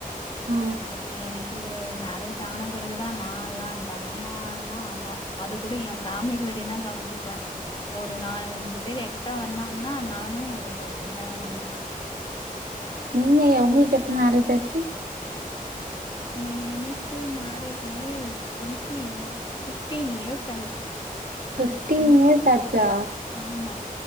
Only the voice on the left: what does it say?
அ எனக் கு மேரேஜ் ஆன பெறகுதா நா ல்லா தனியானா ஆகு அதுக் கூட என்ஃபேமிலிக்கு வேண்டியதா சமச்சுப்பே ஒரு நாலு அஞ்சு பேர் எக்ஸ்ட்ரா வந்தாங்னா நானு எ கொஞ்சோ திண்டாடவே தா
எனக் கு மேரேஜ் ஆயி டுவெண்ட்டி ஃபிஃப்டீன் இயர்ஸ் ஆயிடுச்சு
எனக்கு டுவென்
ஆமா